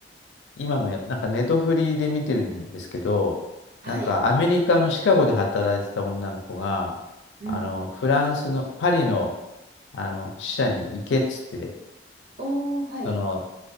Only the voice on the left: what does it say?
今もや、なんかネットフリで見てるんですけど、
なんかアメリカのシカゴで働いてた女の子が、
あの、フランスのパリの、あの支社に行けっつって、
その